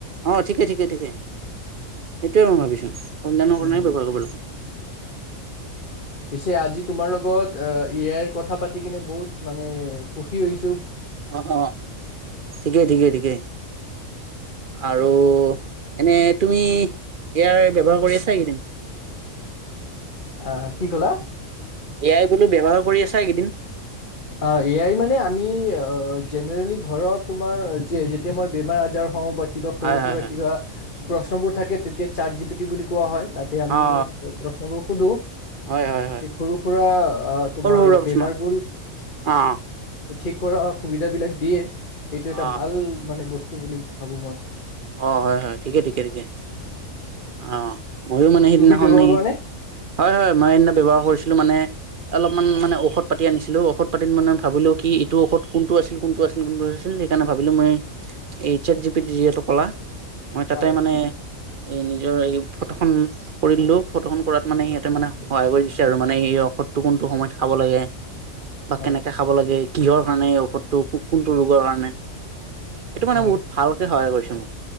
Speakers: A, on the right; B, on the left.
A: অ', ঠিকেই ঠিকেই ঠিকেই, সেইটোৱে মই ভাবিছো। কল্যাণৰ
B: উম,
A: কাৰণে ব্যৱহাৰ কৰিব লাগে।
B: পিছে আজি তোমাৰ লগত অ এ আই কথা পাতি কেনে বহুত মানে সুখী হৈছোঁ।
A: অ অ ঠিকেই ঠিকেই ঠিকেই আৰু এনে তুমি এয়াৰ ব্যৱহাৰ কৰি আছা এই কেইদিন।
B: আহ কি কলা?
A: এ আই বোলো ব্যৱহাৰ কৰি আছা এইকেইদিন।
B: অ এয়াই মানে আমি জেনেৰেলি ঘৰত তোমাৰ যেতিয়া মই বেমাৰ আজাৰ হওঁ বা। কিবা সৰু
A: হয়
B: সুৰা
A: হয় হয়
B: কিবা প্ৰশ্নবোৰ থাকে তেতিয়া চাত জি পি টি বুলি কোৱা হয়। তাতে আমি
A: অ
B: প্ৰশ্নবোৰ সোধো
A: হয় হয় হয়
B: যে
A: হয়
B: সৰু সুৰা তোমাৰ
A: সৰু সুৰা প্ৰশ্ন
B: বেমাৰবোৰ।
A: অ।
B: তো ঠিক কৰা সুবিধাবিলাক দিয়ে- এইটো এটা
A: অ
B: ভাল মানে বস্তু। টো বুলি ভাবো মই।
A: অ হয় হয় ঠিকে ঠিকে ঠিকে অ। ময়ো মানে সেইদিনাখননে
B: তুমি ব্যৱহাৰ কৰা নে
A: হয় হয় মই সেইদিনা ব্যৱহাৰ কৰিছিলো মানে অলপমান মানে ঔষধ পাতি আনিছিলো ঔষধ পাতিত মানে ভাবিলো কি এইটো ঔষধ কোনটো আছিল কোনটো আছিল - কোনটো আছিল সেইকাৰণে ভাবিলোঁ মই- এই চাত জিপিতি যিহেতু কলা মই তাতে
B: হয়
A: মানে- এই নিজৰ এই ফটোখন কৰি দিলো ফটোখনন কৰাত মানে সিহঁতে মানে সহায় কৰি দিছে আৰু মানে এই ঔষধটো কোনটো সময়ত খাব লাগে। বা
B: হয়
A: কেনেকে খাব লাগে কিহৰ কাৰণে এই ঔষধটো কোনটো ৰোগৰ কাৰণে এইটো মানে
B: হয়
A: বহুত ভালকে সহায় কৰিছে উম